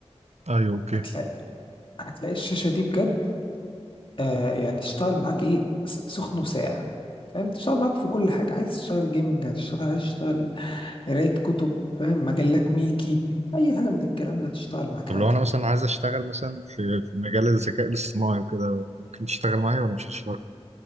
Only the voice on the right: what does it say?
ايوه اوكي
طب
لو انا مثلا عايز اشتغل مثلا في في مجال الذكاء الاصطناعي وكده ممكن تشتغل معايا ولا مش هتشتغل